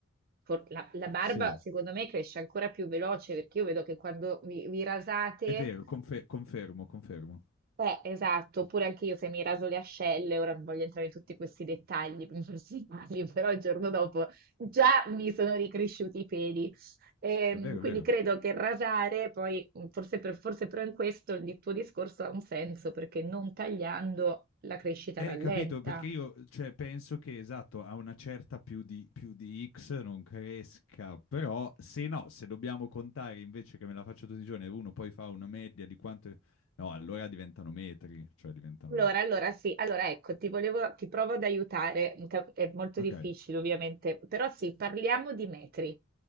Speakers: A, on the right; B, on the left.
A: for- la, la barba
B: Sì,
A: secondo me cresce ancora più veloce perché io vedo che quando vi, vi rasate
B: è vero, confe- confermo, confermo.
A: eh, esatto, oppure anche io se mi raso le ascelle, ora non voglio entrare in tutti questi dettagli personali, <laughs> però il giorno dopo già mi sono ricresciuti i peli. Ehm,
B: È vero,
A: quindi
B: è vero.
A: credo che rasare, poi mm, forse, per- forse però in questo il tuo discorso ha un senso, perché non tagliando la crescita
B: Eh,
A: rallenta.
B: capito, perché io, cioè, penso che esatto, a una certa più di, più di X non cresca, però se no, se dobbiamo contare invece che me la faccio tutti i giorni e uno poi fa una media di quanto... No, allora diventano metri, cioè diventano...
A: Allora, allora sì, allora ecco, ti volevo, ti provo ad aiutare, mm, cap- è molto
B: Ok,
A: difficile ovviamente, però sì, parliamo di metri.